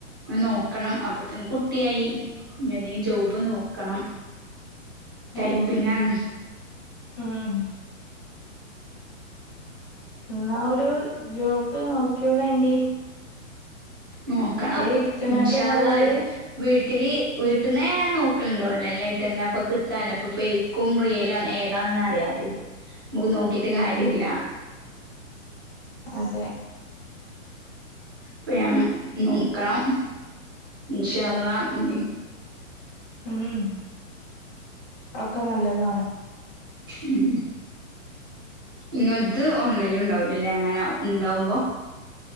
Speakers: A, on the right; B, on the left.
A: നോക്കണം അപ്പത്തിന് കുട്ടിയായി എന്തെങ്കിലും ജോബ് നോക്കണം ടൈപ്പിംങ്ങാണ്
B: ഏ ഉം എന്നാ ഒരു ജോബ് നോക്യോളണ്ടി
A: നോക്കണം
B: ഇരിക്കണാട്ടി
A: ഇൻശാ
B: നല്ലത്
A: അല്ലാഹ് വീട്ടില് വീട്ട് ട്ട്ന്നേ ഞാൻ നോക്കലണ്ട്ോ ഓൺലൈനായിട്ട് തന്നെ അപ്പൊ കിട്ടല്ലോ അപ്പൊ ഫെയ്ക്കും റിയലും ഏതാണെന്ന് അറിയാതെ നമുക്ക് നോക്കിട്ട്
B: ഉം
A: കാര്യല്ല
B: ഉം അതെ
A: അപ്പൊ ഞാൻ നോക്കാം ഇൻശാ അല്ലാഹ്
B: ഉം ഒക്കെ നല്ലതാണ്
A: ഉം ഇങ്ങൾത് ഓൺലൈൻല് ണ്ടാവുലല്ലേ അങ്ങനെ ണ്ടാവുമ്പോ